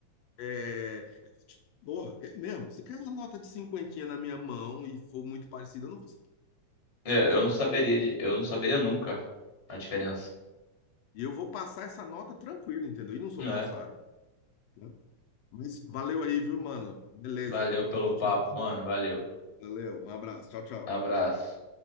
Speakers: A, on the left; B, on the left.
A: É, Boa, eu mesmo. Se cair uma nota de cinquentinha na minha mão e for muito parecida, eu não vou.
B: É, Eu não saberia,
A: saber.
B: de- eu não saberia nunca a diferença.
A: E eu vou passar essa nota tranquilo, entendeu? E não sou
B: Né?
A: falsário, né? Mas valeu aí, viu, mano? Beleza.
B: Valeu pelo
A: Foi ótimo.
B: papo, mano. Valeu.
A: Valeu. Um abraço. Tchau, tchau.
B: Abraço.